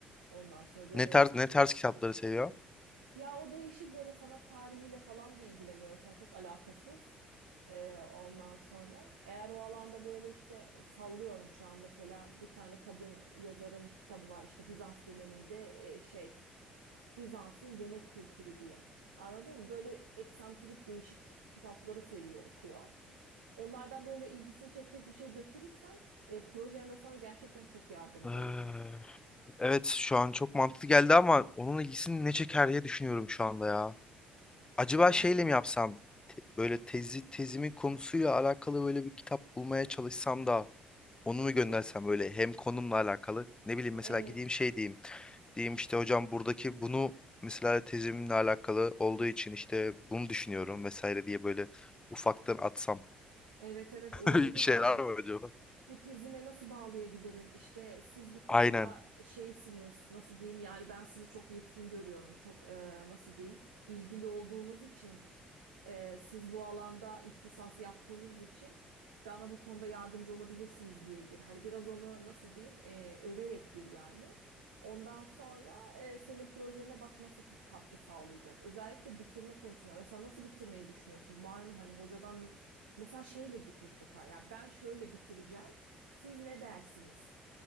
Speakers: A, on the right; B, on the left.
A: Ondan sonra böyle
B: Ne tarz ne tarz kitapları seviyor?
A: Ya o değişik böyle sanat tarihiyle falan da ilgileniyor mesela çok alakasız. Ee, ondan sonra eğer o alanda böyle işte sallıyorum şu an mesela bir tane kadın yazarın kitabı var işte Bizans döneminde e, şey Bizans'ın yemek kültürü diye. Anladın mı? Böyle eksantrik değişik ti- kitapları seviyor okuyor. Onlardan böyle ilgisini çekecek bir şey götürürsen e, projende sana gerçekten çok yardımcı
B: Eee,
A: olur.
B: Evet şu an çok mantıklı geldi ama onun ilgisini ne çeker diye düşünüyorum şu anda ya. Acaba
A: Yani
B: şeyle mi yapsam? Te- Böyle tezi tezimin konusuyla alakalı böyle bir kitap bulmaya çalışsam da Onu mu göndersem böyle hem konumla alakalı ne bileyim mesela
A: evet.
B: gideyim şey diyeyim. Diyeyim işte hocam buradaki bunu mesela tezimle alakalı olduğu için işte bunu düşünüyorum vesaire diye böyle ufaktan atsam.
A: Evet evet
B: <laughs>
A: olabilir
B: Bir şeyler
A: yani.
B: mi acaba?
A: bu tezime nasıl bağlayabilirim? İşte siz bu konuda
B: Aynen.
A: şeysiniz, nasıl diyeyim? Yani ben sizi çok yetkin görüyorum, çok e, nasıl diyeyim? Bilgili olduğunuz için, e, siz bu alanda ihtisas yaptığınız için bana bu konuda yardımcı olabilirsiniz diye gir. Hani biraz onu nasıl diyeyim? E, överek gir yani. Ondan sonra e, senin projene bak nasıl ta- katkı sağlayacak. Özellikle bitirme konusunda. Mesela nasıl bitirmeyi düşünüyorsun? Var mı hani hocadan Mesela şeyle git mutlaka. Ya ben şöyle bitireceğim. Siz ne dersiniz?